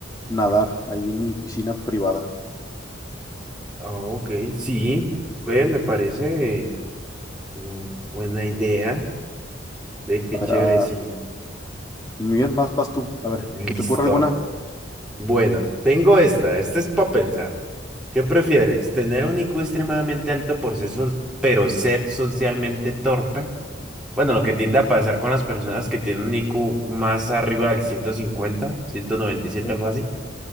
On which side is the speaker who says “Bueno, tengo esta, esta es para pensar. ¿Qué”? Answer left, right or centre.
Centre